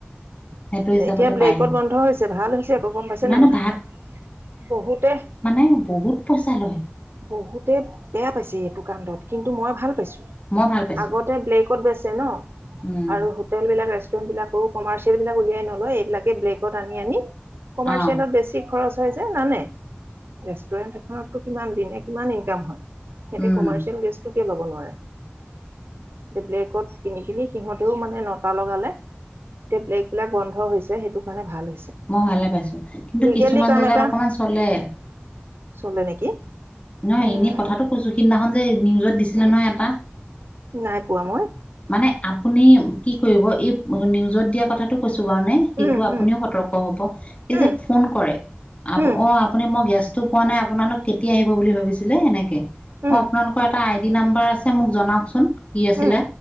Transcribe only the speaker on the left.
সেইটো হিচাপতে
পায়হি
নাই
নাই
এ' বহুত পইচা লয়।
মই ভাল পাইছোঁ
উম
অ
উম
মই ভালে পাইছো কিন্তু
কিছুমান
জেগাত
অকমান চলে
নহ
এনেই কথাটো কৈছো সিদিনাখন যে নিউজত দিছিলে
নহয় এটা
মানে আপুনি কি কৰিব এই নিউজত দিয়া কথাটো কৈছোঁ? হেতু
আপুনিও
সতৰ্ক হ'ব এই
যে ফোন কৰে আপ
- অহ আপুনি মই গেছটো কোৱা নাই আপোনালোক কেতিয়া আহিব বুলি ভাবিছিলে এনেকে
মই আপোনালোকৰ এটা আইডি কি নাম্বাৰ আছে মোক জনাওক চোন কি আছিলে